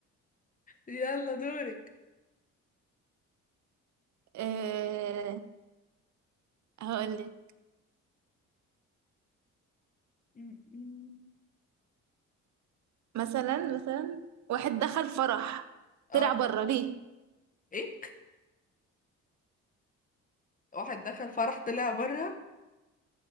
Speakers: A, on the left; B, on the right.
A: يلا دورك
B: أه هقولك
A: م- م.
B: مثلا مثلا واحد دخل فرح
A: اه
B: طلع بره ليه
A: ايه واحد دخل فرح طلع بره